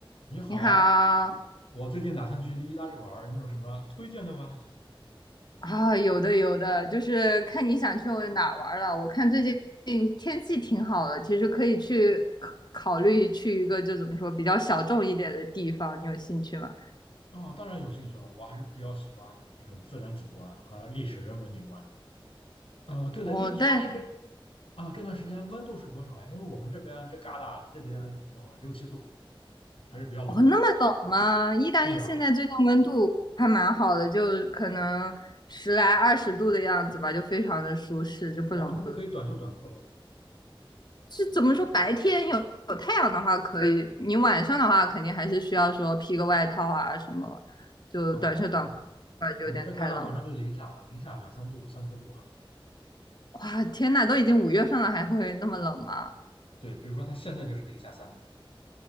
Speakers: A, on the left; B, on the left.
A: 你好，
B: 你好
A: 我最近打算去意大利玩儿你有什么推荐的吗？
B: 啊，有的有的，就是看你想去哪儿玩儿了。我看最近天气挺好的，其实可以去考考虑去一个就怎么说比较小众一点的地方，你有兴趣吗？
A: 啊，当然有兴趣了，我还是比较喜欢这种自然景观和历史人文景观的。呃，对了，
B: 哦，
A: 意意大利这
B: 但
A: 啊、这段时间温度是多少呀？因为我们这边这旮沓这边哦六七度，还是比较冷的。
B: 哦那么冷吗？意大利现在最近温度还蛮好的，
A: 对啊，
B: 就可能十来二十度的样子吧，就非常的舒适，就不冷不热。
A: 哇，那就可以短袖短裤了。
B: 是怎么说？白天有有太阳的话可以，你晚上的话肯定还是需要说披个外套啊什么，就短袖短裤
A: 哦，那
B: 就有点太冷了。
A: 我们这旮沓晚上就零下了，零下两三度、三四度了。
B: 哇，天呐，都已经五月份了，还会那么冷吗？
A: 对，比如说它现在就是零下三度。